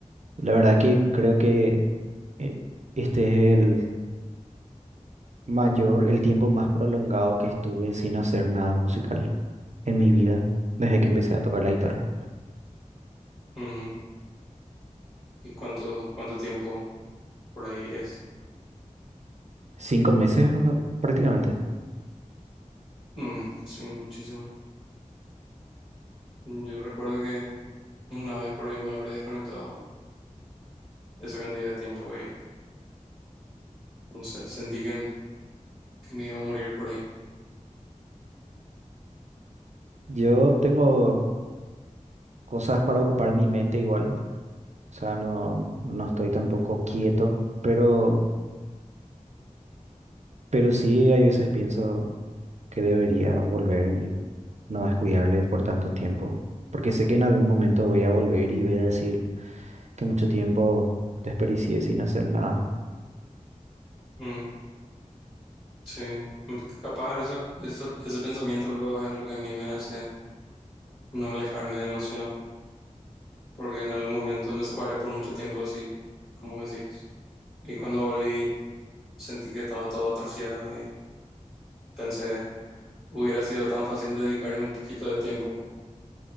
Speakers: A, on the right; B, on the left.
A: la verdad que creo que eh, este es el mayor, el tiempo más prolongado que estuve sin hacer nada musical en mi vida, desde que empecé a tocar la guitarra.
B: ujú. ¿Y cuánto, cuánto tiempo por ahí es?
A: Cinco meses o sea, prácticamente.
B: Mm, sí, muchísimo. Yo recuerdo que una vez por ahí me habré desconectado esa cantidad de tiempo y no sé, sentí que, que me iba a morir por ahí.
A: Yo tengo cosas para ocupar mi mente igual, o sea, no, no estoy tampoco quieto, pero, pero sí hay veces pienso que debería volver y no descuidarle por tanto tiempo, porque sé que en algún momento voy a volver y voy a decir que mucho tiempo desperdicié sin hacer nada.
B: Mm, sí, Mm, capaz esa- esa- ese pensamiento luego es lo que a mí me hace no alejarme demasiado, porque en algún momento me separé por mucho tiempo así, como decís. Y cuando volví sentí que estaba todo atrofiado y pensé... Hubiera sido tan fácil dedicarle un poquito de tiempo